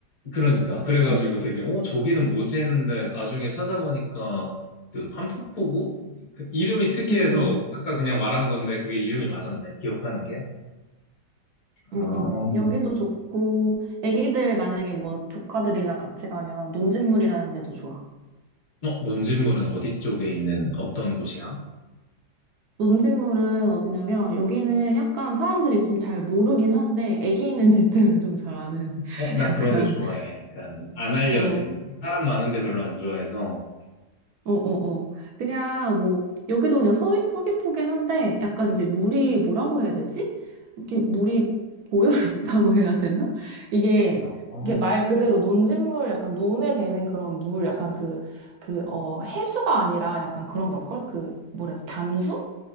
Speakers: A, on the left; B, on the right.
A: 그러니까 그래가지고
B: 응,
A: 되게 어 저기는 뭐지 했는데 나중에 찾아보니까 그 판포포구 그 이름이 특이해서
B: 응, 응,
A: 아까 그냥 말한 건데 그게 이름이 맞았네 기억하는 게.
B: 응.
A: 아,
B: 응. 여기도 좋고, 애기들 만약에 뭐 조카들이나 같이 가면 논진물이라는 데도 좋아.
A: 어 논진물은 어디 쪽에 있는 어떤 곳이야?
B: 논진물은 어디냐면, 여기는 약간 사람들이 좀 잘 모르긴 한데, 애기 있는 <laughs> 집들은 좀 잘 아는,
A: 어
B: <laughs>
A: 나
B: 약간,
A: 그런 데 좋아해. 약간 안 알려진
B: 어,
A: 사람 많은 데 별로 안 좋아해서
B: 어, 어, 어. 그냥 뭐, 여기도 그냥 서, 서귀포긴 한데, 약간 이제 물이 뭐라고 해야 되지? 이렇게 물이 고여 <laughs> 있다고 해야 되나? 이게,
A: 아,
B: 이게 말 그대로 논진물, 약간 논에 되는 그런 물, 약간 그, 그, 어, 해수가 아니라 약간 그런 걸걸? 그, 뭐라 해야 돼? 담수?